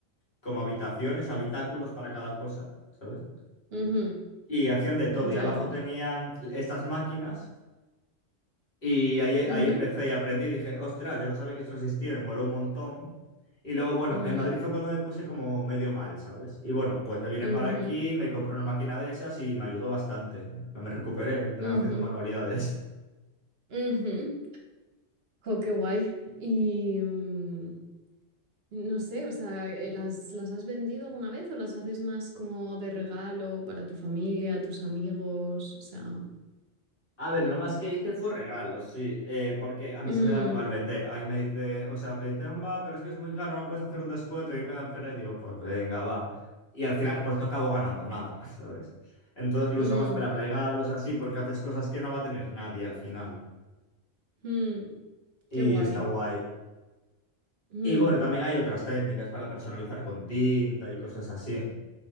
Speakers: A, on the left; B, on the right.
A: como habitaciones, habitáculos para cada cosa, ¿sabes?
B: ujú,
A: Y hacían de todo. Y
B: ya.
A: abajo tenían estas máquinas y ahí, ahí
B: Ujú,
A: empecé y aprendí y dije, ostras, yo no sabía que eso existía, me moló un montón. Y luego, bueno,
B: ujú,
A: en Madrid fue cuando me puse como medio mal, ¿sabes? Y bueno, pues me vine
B: ujú,
A: para aquí, me compré una máquina de esas y me ayudó bastante. En plan, Me recuperé, en plan,
B: ujú,
A: haciendo manualidades.
B: ujú. Jo, qué guay. Y mm, no sé, o sea, eh, ¿las, las has vendido alguna vez o las haces más como de regalo para tu familia, tus amigos? O sea.
A: A ver, lo más que hice fue regalos, sí, eh, porque a mí
B: mm,
A: se me da muy mal vender. A mí me dice, o sea, me dice, va, pero es que es muy caro, no puedes hacer un descuento. Y me dan pena y digo, pues venga, va. Y al final, pues no acabo ganando nada, <laughs> ¿sabes? Entonces lo
B: mm,
A: uso más para regalos, así, porque haces cosas que no va a tener nadie al final.
B: mm,
A: Y
B: qué guay.
A: está guay.
B: Mm,
A: Y bueno, también hay otras técnicas para personalizar con tinta y cosas así.